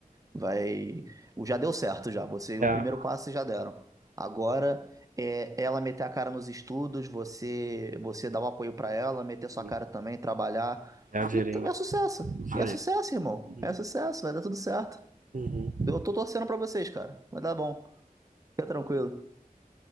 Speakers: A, on the right; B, on the right.
A: Vai. o Já deu certo já. Você,
B: É,
A: o primeiro passo vocês já deram. Agora é ela meter a cara nos estudos, você você dar o apoio pra ela, meter
B: Uhum.
A: sua cara também, trabalhar.
B: é, dinheirinho.
A: E t- é sucesso.
B: Isso
A: E é
B: aí.
A: sucesso, irmão.
B: Uhum.
A: É sucesso, vai dar tudo certo.
B: Uhum. Uhum.
A: Eu tô torcendo pra vocês, cara. Vai dar bom. Fica tranquilo.